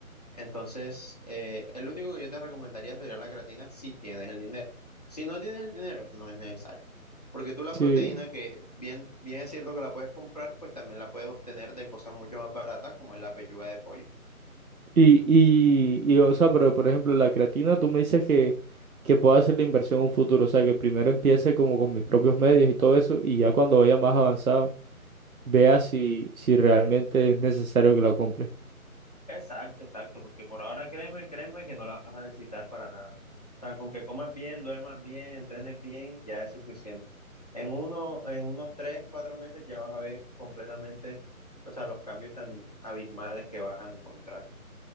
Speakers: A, on the left; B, on the right.
A: Entonces, eh, el único que yo te recomendaría sería la creatina si tienes el dinero. Si no tienes el dinero, no es necesario. Porque tú la
B: Sí,
A: proteína, que bien, bien es cierto que la puedes comprar, pues también la puedes obtener de cosas mucho más baratas, como es la pechuga de pollo.
B: y, y, y, o sea, pero por ejemplo, la creatina, tú me dices que, que puedo hacer la inversión en un futuro, o sea, que primero empiece como con mis propios medios y todo eso, y ya cuando vaya más avanzado, vea si, si realmente es necesario que la compre.
A: Exacto, exacto, porque por ahora créeme, créeme que no la vas a necesitar para nada. O sea, con que comas bien, duermas bien, entrenes bien, ya es suficiente. En uno, en unos tres, cuatro meses ya vas a ver completamente, o sea, los cambios tan abismales que vas a encontrar.